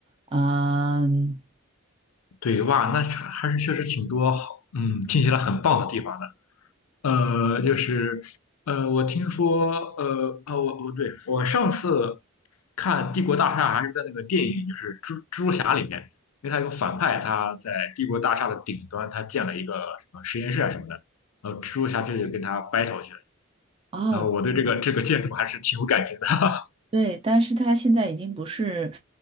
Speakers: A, on the right; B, on the left.
A: 嗯。
B: 对哇，那还是确实挺多好，嗯，听起来很棒的地方的。呃，就是呃，我听说呃啊，我我对我上次看《帝国大厦》还是在那个电影，就是蜘蜘蛛侠里面，因为他有个反派，他在帝国大厦的顶端，他建了一个什么实验室啊什么的，然后蜘蛛侠这就跟他 battle 去了。
A: 哦，
B: 然后我对这个这个建筑还是挺有感情的。<laughs>
A: 对，但是它现在已经不是，